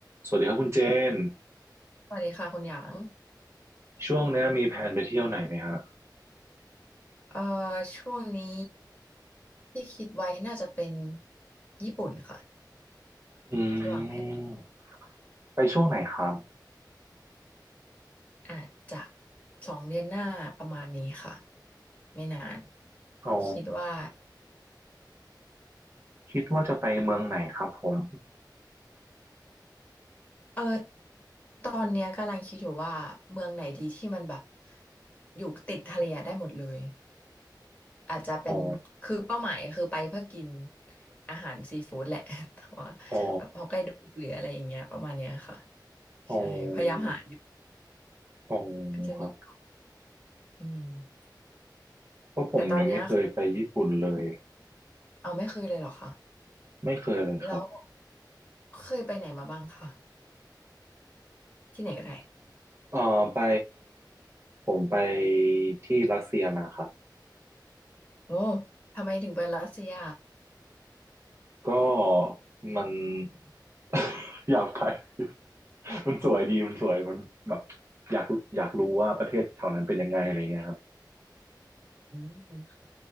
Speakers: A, on the right; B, on the left.
A: สวัสดีครับคุณเจน
B: สวัสดีค่ะคุณหยาง
A: ช่วงเนี้ยมีแผนไปเที่ยวไหนไหมฮะ
B: เอ่อช่วงนี้ที่คิดไว้น่าจะเป็นญี่ปุ่นค่ะ
A: อืม
B: ที่วางแผน
A: ไปช่วงไหนครับ
B: อาจจะสองเดือนหน้าประมาณนี้ค่ะไม่นาน
A: อ๋อ
B: คิดว่า
A: คิดว่าจะไปเมืองไหนครับผม
B: เออตอนเนี้ยกำลังคิดอยู่ว่าเมืองไหนดีที่มันแบบอยู่ติดทะเลอะได้หมดเลยอาจจะเป็นคือเป้าหมายคือไปเพื่อกิน
A: อ๋อ
B: อาหารซีฟู้ดแหละ <laughs> แต่ว่า
A: อ๋อ
B: แบบฮอกไกโดหรืออะไรอย่างเงี้ยประมาณเนี้ยค่ะ
A: อ๋อ
B: ใช่พยายามหา
A: อ๋อ
B: ก็จะมีเกาะ
A: ครับ
B: อืม
A: เพราะผมยังไม่เคยไปญี่ปุ่นเลย
B: แต่ตอนเนี้ยเอาไม่เคยเลยเหรอคะ
A: ไม่เคยเลยครับ
B: แล้วเคยไปไหนมาบ้างคะที่ไหนก็ได้
A: เอ่อไปผมไปที่รัสเซียมาครับ
B: โอ้ทำไมถึงไปรัสเซีย
A: ก็มัน <laughs> อยากไป <laughs> มันสวยดีมันสวยมันแบบอยากอยากรู้ว่าประเทศแถวนั้นเป็นยังไงอะไรเงี้ยครับ
B: อืม